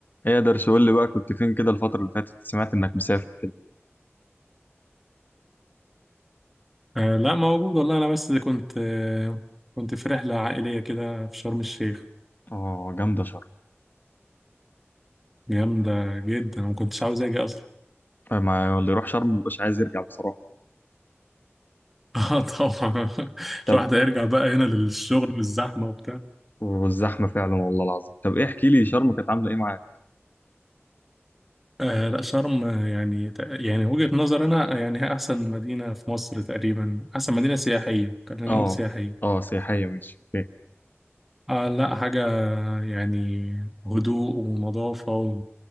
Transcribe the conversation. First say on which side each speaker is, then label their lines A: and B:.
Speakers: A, on the left; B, in the centre.
A: ايه درش قول لي بقى كنت فين كده الفترة اللي فاتت سمعت انك مسافر كده
B: آه لا موجود والله انا بس كنت آه كنت في رحله عائليه كده في شرم الشيخ
A: اه جامدة شرم
B: جامده جدا ما كنتش عاوز اجي اصلا
A: آه، ما اللي يروح شرم مبقاش عايز يرجع بصراحة
B: <laughs> اه طبعا
A: طب
B: الواحد هيرجع بقى هنا للشغل والزحمه وبتاع
A: والزحمة فعلا والله العظيم طب ايه احكي لي شرم كانت عاملة ايه معاك
B: آه لا شرم آه، يعني يعني وجهه نظر انا آه، يعني هي احسن مدينه في مصر تقريبا احسن مدينه سياحيه خلينا
A: اه
B: نقول سياحيه
A: اه سياحية ماشي اوكي
B: آه لا حاجه يعني هدوء ونظافه و...